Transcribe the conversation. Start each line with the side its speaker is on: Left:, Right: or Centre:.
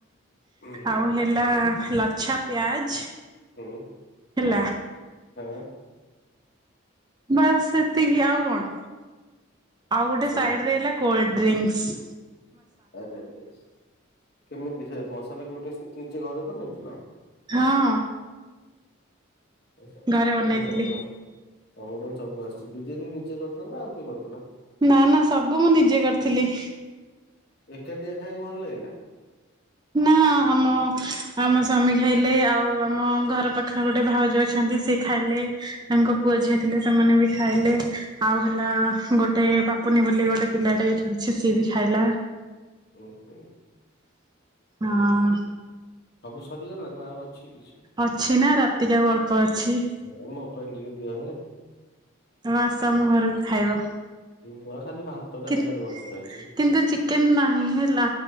Left: ହୁଁ
Right: ଆଉ ହେଲା ଲଚ୍ଛା ପ୍ୟାଜ୍
Left: ହୁଁ।
Right: ହେଲା।
Left: ହୁଁ।
Right: ବାସ୍ ସେତିକି ଆଉ କଣ ଆଉ
Left: ଆଚ୍ଛା
Right: ଗୋଟେ ସାଇଡ୍ ରେ ହେଲା କୋଲଡ୍ ଡ୍ରିଙ୍କ୍ସ।
Left: ଆରେଡିକ୍ସ କେମିତି ସେ ମସଲା କୋଲଡ଼ ଡ୍ରିଙ୍କ୍ସ ନିଜେ ଘରେ ବନେଇଥିଲ?
Right: ହଁ
Left: ଏ ସ
Right: ଘରେ ବନେଇଥିଲି।
Left: ତମୁକୁ ସବୁ ଆ ତମୁକୁ ତାହେଲେ ସବୁ ଆସିଛି। ବିରିଆନି ନିଜେ କରିଥିଲ ନା ଆଉ କିଏ କରିଥିଲା?
Right: ନା ନା ସବୁ ମୁଁ ନିଜେ କରିଥିଲି।
Left: ଏକାଟିିଆ ଖାଇବାକୁ ଭଲ ଲାଗିଲା? <inaudible>
Right: ନା ଆମ ଆମ ସ୍ୱାମୀ ଖାଇଲେ ଆଉ ଆମ ଘର ପାଖରେ ଗୋଟେ ଭାଉଜ ଅଛନ୍ତି ସେ ଖାଇଲେ ତାଙ୍କ ପୁଅ ଝିଅ ଥିଲେ ସେମାନେ ବି ଖାଇଲେ। ଆଉ ହେଲା ଗୋଟେ ପାପୁନି ବୋଲି ଗୋଟେ ପିଲାଟେ ଏଇଠି ଅଛି ସିଏ ବି ଖାଇଲା।
Left: ଉଁ ହୁଁ
Right: ଅଁ
Left: ସବୁ ସରିଗଲା ନା ଆଉ ଅଛି କିଛି?
Right: ଅଛି ନା ରାତିକି ଆଉ ଅଳ୍ପ ଅଛି।
Left: ଏ ମୋ ପାଇଁ ଟିକେ ଦିଅ ହେ।
Right: ହଁ ଆସ ଆମ ଘରୁକୁ ଖାଇବ।
Left: ମୁଁ ବା ଖାଲି ଭାତ,
Right: କି
Left: ଡାଲି, ଆଳୁ ଭର୍ତ୍ତା ଖାଇଚି।
Right: କିନ୍ତୁ ଚିକେନ୍ ନାହିଁ ହେଲା